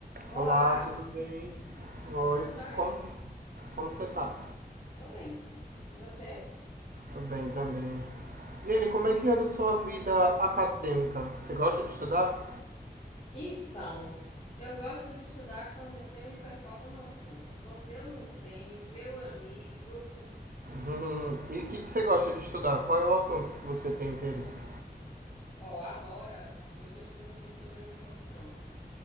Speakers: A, on the left; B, on the right.
A: Olá,
B: Olá, tudo bem? Oi,
A: tudo jóia?
B: como, como você tá?
A: Tô bem. E você?
B: Tô bem também. E aí, como é que anda a sua vida acadêmica? Você gosta de estudar? <laughs>
A: Então, eu gosto de estudar quando eu tenho um hiperfoco no assunto. Quando eu não tenho, meu amigo.
B: Uhum. E o que, que você gosta de estudar? Qual é o assunto que você tem interesse?
A: Ó, oh, agora eu tô estudando muito sobre a minha profissão,